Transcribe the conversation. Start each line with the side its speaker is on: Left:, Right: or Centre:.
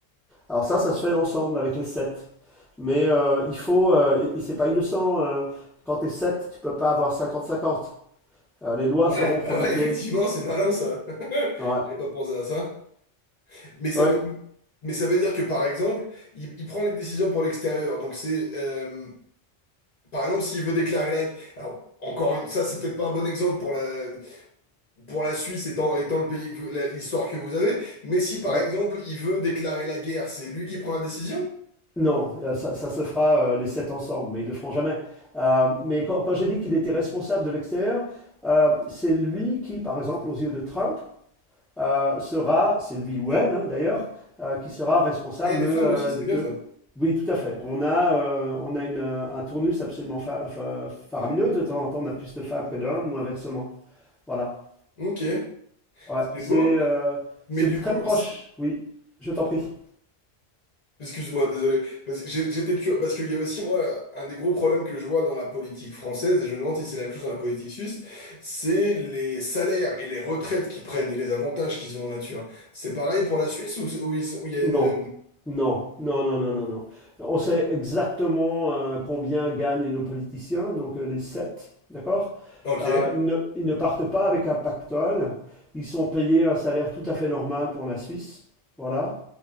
Centre: Alors ça, ça se fait ensemble avec les sept. Mais euh, il faut, euh, et, et c'est pas innocent, euh, quand t'es sept, tu peux pas avoir cinquante cinquante. Euh, les lois
Left: Ouais,
Centre: seront promulguées.
Left: bah ouais, effectivement, c'est malin ça. <laughs>
Centre: Ouais,
Left: J'avais pas pensé à ça. Mais ça
Centre: ouais,
Left: veut, mais ça veut dire que par exemple, il, il prend les décisions pour l'extérieur. Donc c'est, euh, par exemple, s'il veut déclarer la. Alors encore une, ça c'est peut-être pas un bon exemple pour la, pour la Suisse étant, étant le pays, que vous- la- l'histoire que vous avez. Mais si par
Centre: ouais.
Left: exemple il veut déclarer la guerre, c'est lui qui prend la décision?
Centre: Non, euh, ça, ça se fera euh, les sept ensemble, mais ils le feront jamais. Euh, mais quand, quand j'ai dit qu'il était responsable de l'extérieur, euh, c'est lui qui, par exemple, aux yeux de Trump, euh, sera, c'est lui ou elle hein, d'ailleurs, euh, qui sera responsable
Left: Ah, il y a des
Centre: euh,
Left: femmes aussi, c'est bien
Centre: de.
Left: ça.
Centre: Oui, tout à fait. On a, euh, on a une, euh, un tournus absolument fa- fa- faramineux. De temps en temps, on a plus de femmes que d'hommes ou inversement. Voilà.
Left: Ok,
Centre: Ouais,
Left: c'est
Centre: c'est
Left: beau.
Centre: euh,
Left: Mais
Centre: c'est
Left: du
Centre: très
Left: coup,
Centre: proche.
Left: c'est-
Centre: Oui, je t'en prie.
Left: excuse-moi, désolé. Parce que j'ai- j'étais curieux. Parce qu'il y a aussi, moi, un des gros problèmes que je vois dans la politique française, et je me demande si c'est la même chose dans la politique suisse, c'est les salaires et les retraites qu'ils prennent et les avantages qu'ils ont en nature. C'est pareil pour la Suisse ou, c'est- ou ils sont- ou il y a
Centre: Non,
Left: une.
Centre: non, non, non, non, non, non. On sait exactement euh, combien gagnent nos politiciens, donc euh, les sept, d'accord?
Left: Ok.
Centre: Euh, ils ne, ils ne partent pas avec un pactole, ils sont payés un salaire tout à fait normal pour la Suisse, voilà.